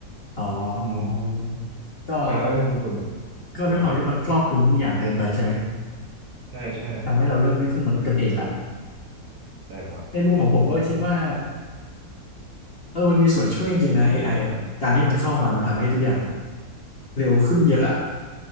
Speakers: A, on the left; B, on the right.
A: อ๋อ
B: อืม
A: ก็
B: อ่าแล้วในมุมคุณอ่ะ
A: ก็ด้วยความที่มันครอบคลุมทุกอย่างเกินไปใช่ไหม
B: นะครับใช่ใช่
A: ทำให้เราเริ่มไม่พึ่งมนุษย์กันเองละ
B: ใช่แล้ว
A: ในมุมของผมก็คิดว่าเออมันมีส่วนช่วยจริงๆนะ AI อไออะการที่มันเข้ามามันทำให้ทุกอย่างเร็วขึ้นเยอะอะ